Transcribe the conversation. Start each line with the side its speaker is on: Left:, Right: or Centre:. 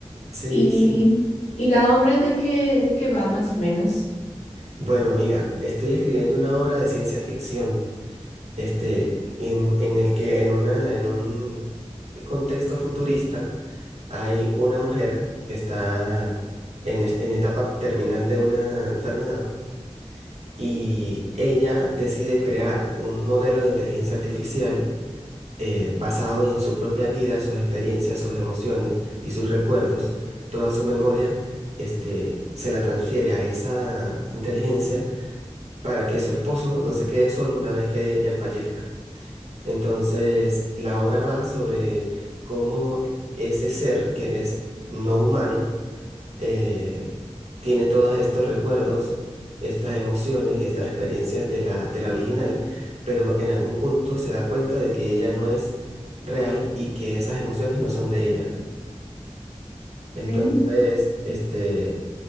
Right: Sí,
Left: ¿Y,
Right: sí.
Left: y la obra de qué, de qué va más o menos?
Right: Bueno, mira, estoy escribiendo una obra de ciencia ficción, este, en, en el que en una, en un contexto futurista hay una mujer que está en, es- en etapa terminal de una enfermedad y ella decide crear un modelo de inteligencia artificial eh, basado en su propia vida, sus experiencias, sus emociones y sus recuerdos, toda su memoria, este, se la transfiere a esa inteligencia para que su esposo no se quede solo una vez que ella fallezca. Entonces, la obra va sobre cómo ese ser que es no humano, eh, tiene todos estos recuerdos, estas emociones y estas experiencias de la, de la original, pero en algún punto se da cuenta de que ella no es real y que esas emociones no son de ella. Entonces,
Left: Ok.
Right: este,